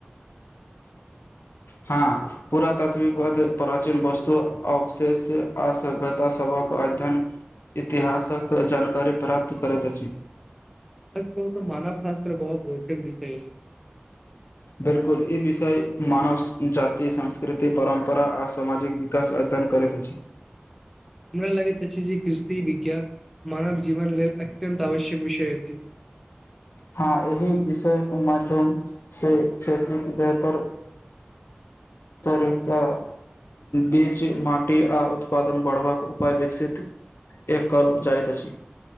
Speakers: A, on the left; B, in the centre.
A: हँ पूरा तात्विकवाद प्राचीन वस्तु अवशेष आ सभ्यतास सभक अध्ययन इतिहासक जानकारी प्राप्त करैत अछि।
B: ब कह मानव शास्त्र बहुत रुचि विष छै।
A: बिल्कुल ई विषय मानव जाति सास्कृति परम्परा आ सामाजिक विकास अध्ययन करैत अछि।
B: हमरा लगैत अछि जे कृषि विज्ञान मानव जीवन लेल अत्यन्त आवश्यक विषय अछि।
A: हँ एहि विषयके माध्यमसँ खेतीके बेहतर तरीका बीच माटि आ उत्पादन बढ़बाक उपाय विकसित कएल जाइत अछि।